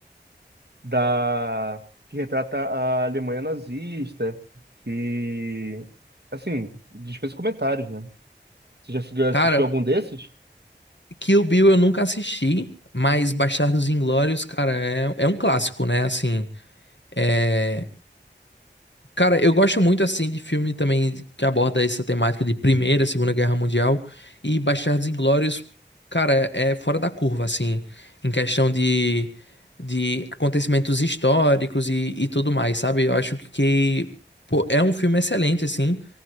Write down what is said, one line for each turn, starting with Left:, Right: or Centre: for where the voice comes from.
Right: da... que retrata a Alemanha nazista e... assim, dispensa comentários, né? Você já assistiu assistiu
Left: Cara,
Right: algum desses?
Left: Kill Bill eu nunca assisti, mas Bastardos Inglórios, cara, é, é um clássico, né? Assim, é, Cara, eu gosto muito assim de filme também que aborda essa temática de Primeira, Segunda Guerra Mundial e Bastardos Inglórios, cara, é fora da curva assim, em questão de, de acontecimentos históricos e, e tudo mais, sabe? Eu acho que, que, pô, é um filme excelente assim,